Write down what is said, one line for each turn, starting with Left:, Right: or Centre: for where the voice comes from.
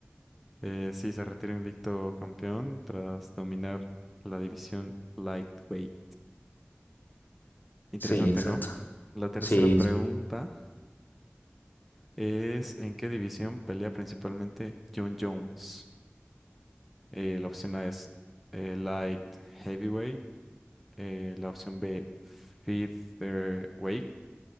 Centre: Eh, sí, se retiró invicto campeón tras dominar la división lightweight. Interesante,
Left: Sí, exacto.
Centre: ¿no? La tercera
Left: Sí,
Centre: pregunta es, ¿en qué división pelea principalmente John Jones? Eh, la opción A es eh, light heavyweight, eh, la opción B featherweight,